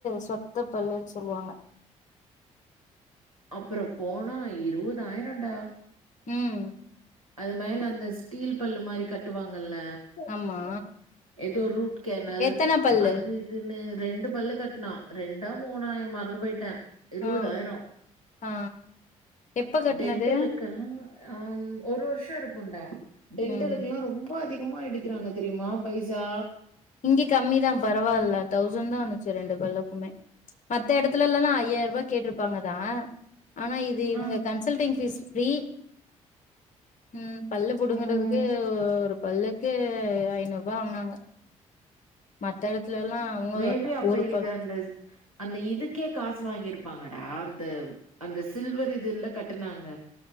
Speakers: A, on the left; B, on the right.
A: சொத்த பல்லுன் சொல்வாங்க
B: அப்புற போனா இருவதாயிரம்டா
A: ம்
B: அது மேல அந்த ஸ்டீல் பல் மாரி கட்டுவாங்கல்ல
A: ஆமா
B: எதோ ரூட் கேனல்
A: எத்தன பல்லு
B: அது குன்னு ரெண்டு பல்லு கட்னா ரெண்டா மூணா எ மறந்து போய்ட்ட இருபதாயிரோ
A: ஆ ஆ எப்ப கட்னது
B: டென்டலுக்கெல்லா ஆம் ஒரு வர்ஷ இருக்கும்டா டென்டலுக்குல்லா
A: ம்
B: ரொம்ப அதிகமா எடுக்குறாங்க தெரியுமா பைசா
A: இங்கே கம்மி தா பரவால்ல தௌசண்ட் தா வந்துச்சு ரெண்டு பல்லுக்குமே மத்த எடத்துலல்லலா ஐயாயர்பா கேட்ருப்பாங்க தா ஆனா இது இவங்க
B: ம்
A: கன்சல்டிங் பீஸ் ஃப்ரீ ம் பல்லு புடுங்குறதுக்கு
B: ம்
A: ஒரு பல்லுக்கு ஐநூறுபா வாங்குனாங்க மத்த எடத்துலல்லா உங்க
B: மேபி
A: ஒரு பல்
B: <unintelligible> அந்த இதுக்கே காசு வாங்கிருப்பாங்கடா அந்த அந்த சில்வர் இதுல்ல கட்டுனாங்க